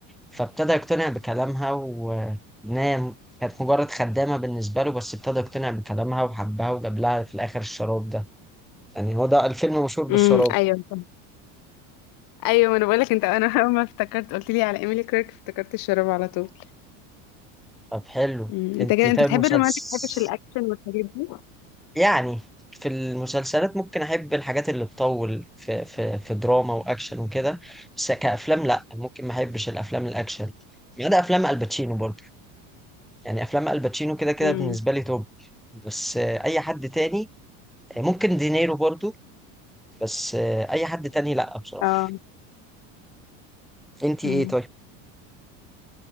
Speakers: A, in the centre; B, on the left (about 60°).
A: فابتدى يقتنع بكلامها وانها كانت مجرد خدامة بالنسبة له بس ابتدى يقتنع بكلامها وحبها وجاب لها في الآخر الشراب ده يعني هو ده الفيلم مشهور بالشراب
B: امم ايوه صح. ايوه ما انا بقولك انت انا <laughs> اول ما افتكرت قلت لي على ايميلي كيرك افتكرت الشراب على طول
A: طب حلو
B: امم انت
A: انت
B: كده انت
A: طيب
B: بتحب
A: مسلسل
B: الرومانتك ما بتحبش الاكشن والحاجات دي
A: يعني في المسلسلات ممكن احب الحاجات اللي تطول في في في دراما واكشن وكده بس كافلام لا ممكن ما احبش الافلام الاكشن ما عدا افلام الباتشينو برضه يعني افلام الباتشينو كده كده
B: امم
A: بالنسبه لي توب بس آه، اي حد تاني آه، ممكن دينيرو برضه بس آه، اي حد تاني لا بصراحه
B: اه
A: انت
B: امم
A: ايه طيب